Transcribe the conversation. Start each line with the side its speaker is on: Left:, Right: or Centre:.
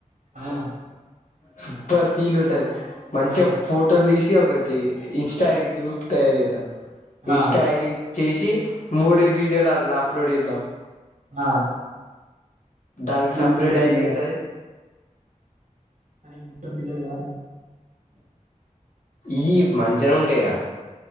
Right: ఆ
Left: సూపర్ ఫీల్ ఉంటది మంచిగా
Right: ఆ
Left: ఫోటోలు తీసి ఒకటి ఇన్స్టా ఐడి గ్రూప్ తయారు చేద్దాం ఇన్స్టా
Right: ఆ
Left: ఐడి తీసి మూడు వీడియోలు అలా అప్లోడ్ చేద్దాం
Right: హా
Left: దానికి
Right: కానీ
Left: సపరేట్
Right: బుడ్డ పిల్లలే
Left: ఐడి ఉంటది
Right: కానీ బుడ్డ పిల్లలు గారా
Left: ఈ మంచన ఉండయా